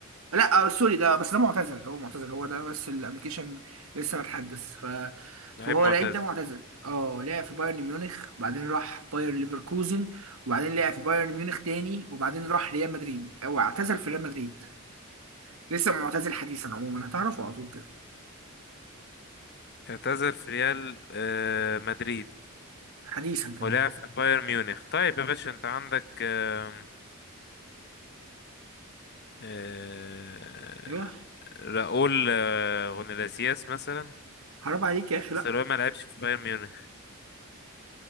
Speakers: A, on the right (about 80°); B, on the left (about 50°).
A: لا آه، سوري ده بس ده معتزل هو معتزل هو ده بس الابلكيشن لسه متحدث ف...
B: لعيب
A: فهو
B: معتزل
A: لعيب ده معتزل اه لعب في بايرن ميونخ وبعدين راح باير ليفركوزن وبعدين لعب في بايرن ميونخ تاني وبعدين راح ريال مدريد هو اعتزل في ريال مدريد لسه معتزل حديثا عموما هتعرفه على طول كده
B: اعتزل في ريال آه مدريد
A: حديثا كمان
B: ولعب في بايرن ميونخ طيب يا باشا انت عندك آم، آه
A: ايوه
B: راؤول آه غونلاسياس مثلا
A: حرام عليك يا اخي
B: بس
A: لا
B: راؤول ما لعبش في بايرن ميونخ